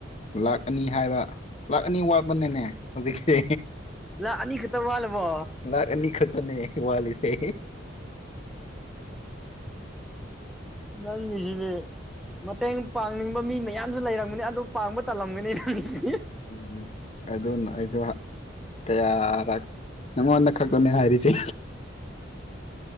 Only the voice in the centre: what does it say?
ꯂ ꯑꯅꯤꯈ ꯇꯧ ꯋꯥꯂꯕꯣ
ꯅꯪꯁꯤꯅꯦꯦ ꯃꯇꯦꯡ ꯄꯥꯡꯅꯤꯡꯕ ꯃꯤ ꯃꯌꯥꯝꯁꯨ ꯂꯩꯔꯝꯒꯅꯤ ꯑꯗꯨ ꯄꯥꯡꯕ ꯇꯜꯂꯝꯒꯅꯤ ꯅꯪꯁꯤ